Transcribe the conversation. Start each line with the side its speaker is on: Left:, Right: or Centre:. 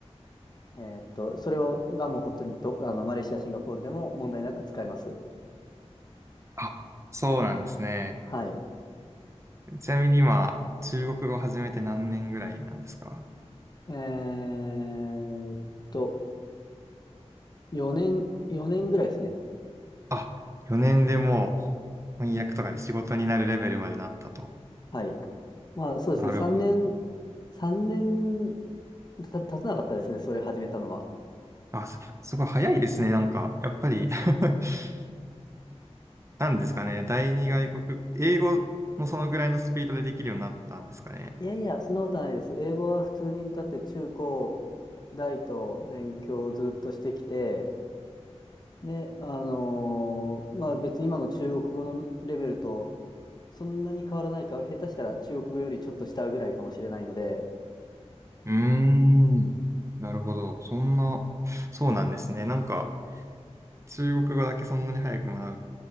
Left: えっと、それをがもう本当にど、あの、マレーシア、シンガポールでも問題なく使えます。
Right: あ、そうなんですね。
Left: はい。
Right: ちなみに今、中国語始めて何年ぐらいなんですか
Left: えーっと、4年、4年ぐらいですね。
Right: あ、4年でもう翻訳とかで仕事になるレベルまでなったと。
Left: はい。まあそうですね、
Right: なるほど。
Left: 3年、3年た経たなかったですね、それ始めたのは。
Right: あ、すすごい早いですね。なんか、やっぱり <laughs> なんですかね。第二外国、英語もそのぐらいのスピードでできるようになったんですかね。
Left: いやいや、そんなことはないです。英語は普通に、だって中高大と勉強をずっとしてきて、で、あのーまあ別に今の中国語のレベルとそんなに変わらないか、下手したら中国語よりちょっと下ぐらいかもしれないので、
Right: うーん。なるほど。そんな、そうなんですね。なんか、中国語だけそんなに早く学